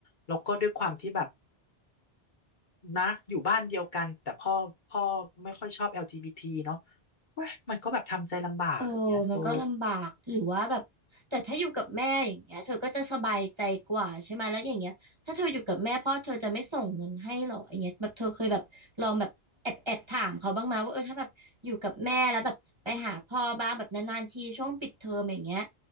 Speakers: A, on the left; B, on the right.
A: แล้วก็ด้วยความที่แบบ นะอยู่บ้านเดียวกันแต่พ่อพ่อไม่ค่อยชอบ LGBT เนาะเว้ยมันก็แบบทำใจลำบากอย่างเงี้ยเธอ
B: เออมันก็ลำบาก หรือว่าแบบแต่ถ้าอยู่กับแม่อย่างเงี้ยเธอก็จะสบายใจกว่าใช่ไหมแล้วอย่างเงี้ยถ้าเธออยู่กับแม่พ่อเธอจะไม่ส่งเงินให้หรออย่างเงี้ยแบบเธอเคยแบบลองแบบแอบแอบถามเขาบ้างไหมว่าเออถ้าแบบอยู่กับแม่แล้วแบบไปหาพ่อบ้างแบบนานๆทีช่วงปิดเทอมอย่างเงี้ย